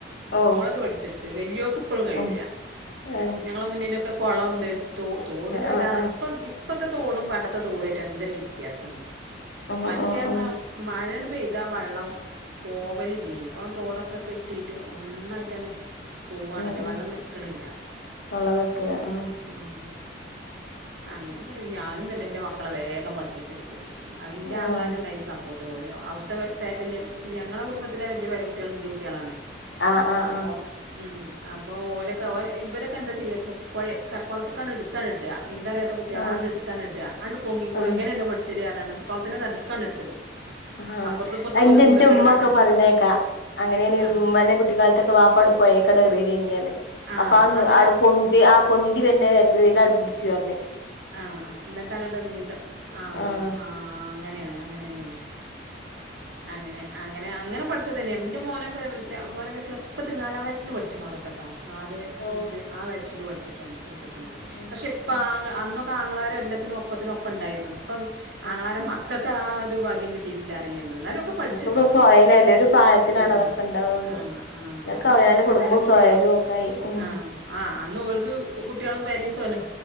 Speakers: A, on the left; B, on the right.
A: ഓഹ്
B: ഓളെത് പഠിച്ചെടുത്ത് വേലിയാള്ക്ക് ഇപ്പോഴും കഴിയുല്ല
A: ഉം ഏഹ്
B: ഞങ്ങളെ മുന്നിലൊക്കെ കൊള്ളമംട് തോ തോടിലും അല്ലാ
A: ആഹ് ആഹ്
B: ഇപ്പം ഇപ്പോഴത്തെ തോടും പണ്ടത്തെ തോടും അയിട്ട് എന്തൊരു വ്യത്യാസുണ്ട്.
A: ഉം
B: മറ്റേപറഞ്ഞ
A: ഉം ഉം
B: മഴണ്ട് പെയ്താ വള്ളം. പോവലില്ലേനു ഇപ്പം തോടൊക്കെ കെട്ടിയിട്ട് ഒന്നായിട്ടാണ്ട് പോവാണലോ
A: ഉം ഉം
B: വെള്ളം നിക്കണില്ല
A: കളറൊക്കെ ആഹ്
B: ഉം അങ്ങനെ ഞാനും തന്നെ എൻ്റെ മക്കളെ വേഗം പഠിപ്പിച്ചെടു ത് യിന്റെ
A: ആഹ്
B: ആങ്ങളാരുണ്ടയിന് സപ്പോർട്ട് <unintelligible> ഞങ്ങളുടെ കുടുംബത്തിലെ വലിയ പേര കുട്ടികൾ എൻ്റെ കുട്ടികളാണ്.
A: ആഹ് ആഹ്
B: അപ്പോം ഹ്മ്മ് അപ്പോ ഓലൊക്കെ ഓല ഇവലൊക്കെ എന്താ ചെയ്യായചാ പുഴ കുളത്തക്കാണ് എടുത്താണ് ഇടുക നീന്തറിയാ ത്തകുട്ടികളെ
A: ആഹ്
B: ആണ്ട് എടുത്താണ്ട് ഇടുക ആണ്ട് പൊങ്ങിക്കോളളം
A: ആഹ്
B: എങ്ങനെെ പഠിച്ചല് പറഞ്ഞാണ്ട് കുളത്തിന്റെ നടുക്ക് എടുത്തിടും.
A: അഹ്
B: അപ്പുറത്ത് ഇപ്പുറത്ത്
A: എന്റെന്റെ
B: ഓല് നിന്നിട്ട്
A: ഉമ്മ
B: ആണ്ട്
A: ഒക്കെ പറീനെകേൾക്ക അങ്ങനെ
B: ആ
A: ഉമ്മാന്റെ കുട്ടിക്കാലത്തൊക്കെ വാപ്പാട് പോഴേക്ക് എറിയലിന്ന്ഞ്ഞ്
B: ആ
A: അപ്പൊ
B: അങ്ങനെ
A: അവിടെ പോ ആ പൊന്തി വരുന്നേ വരൽ അടിപിടിച്ചു പറഞ്
B: ആഹ് എന്നിട്ട് അങ്ങോട്ട് നീന്ത ആഹാ
A: ആഹ്
B: ആഹാ അങ്ങനെയാണ് അങ്ങനെ തന്നെയന്നെ <unintelligible> <inaudible> അങ്ങനെ അങ്ങനെ അങ്ങനെ പഠിച്ചത്തന്നെ എന്റെ മോനൊക്കെ മോനൊക്കെ ചെറുപ്പത്തിൽ നാലാം വയസ്സിൽ പഠിച്ചിന് ഒലോക്കെ- ട്ടോ നാല്
A: ഓഹ്
B: അഞ്ച് ആവയസിൽ പഠിച്ചിട്ടുണ്ട് എടുത്തിട്ടുണ്ട്
A: ഉം ഉം
B: പക്ഷേ ഇപ്പൊ
A: ഉം
B: അന്നോ ആങ്ങളാര് എല്ലത്തിനും ഒപ്പത്തിനൊപ്പം ഒപ്പം ഉണ്ടായിരുന്നു ഇപ്പം
A: ഉം
B: ആങ്ങളാരെ മക്കൾക്ക് ആ ഒരു ഭാഗ്യം കി കിട്ടീട്ടില്ലറിയ ഞങ്ങൾ എന്നാലൊക്കെ
A: ഉം
B: പഠിച്ചിട്ടോ
A: ഇപ്പൊക്കെ സൊയലല്ലേ ഒരു പ്രായത്തിലാണ്
B: ഹ്മ്മ്
A: അതൊക്കെ ഉണ്ടാവുള്ളൂ
B: അഹ് ആഹാ
A: പിന്നൊക്കെ
B: അത്
A: അവനാന്റെ
B: ഫസ്റ്റിലെ
A: കുടുംബവും
B: പേരെ കുട്ടികളും
A: സൊയലും ഒക്കായി ഉം
B: ആഹാ ആഹാ അന്ന് ഓൽക്ക് കുട്ടികളും പേരൻസ്ല്ലോ